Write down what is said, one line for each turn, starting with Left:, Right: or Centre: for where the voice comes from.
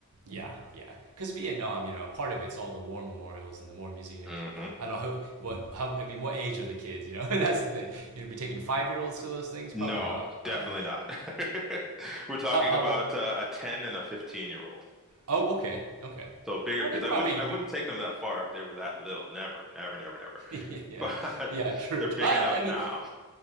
Right: Yeah, yeah. Because Vietnam, you know, part of it's all the war memorials and the war museums,
Centre: hmm
Right: and I don't know how, what how I mean, what age are the kids? You know, <laughs> that's the thing. You know, be taking five year olds to those things,
Centre: No,
Right: probably not.
Centre: definitely
Right: Uh,
Centre: not. <laughs> We're talking
Right: how how
Centre: about
Right: old?
Centre: uh, a 10 and a 15 year old.
Right: Oh, okay, okay.
Centre: So bigger
Right: Oh,
Centre: kids.
Right: they probably
Centre: I wouldn't I
Right: be,
Centre: wouldn't take them that far if they were that little. Never, never, never, never.
Right: <laughs>
Centre: <laughs>
Right: yeah,
Centre: But
Right: yeah, true.
Centre: they're big
Right: I,
Centre: enough
Right: I mean,
Centre: now.